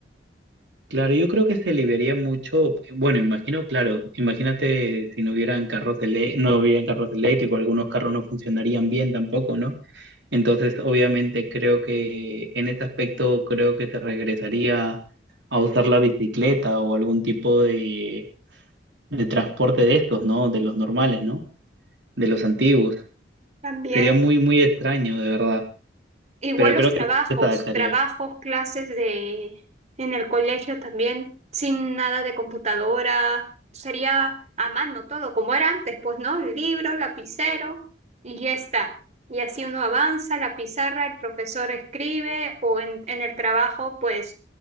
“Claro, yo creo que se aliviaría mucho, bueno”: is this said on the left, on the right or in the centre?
Right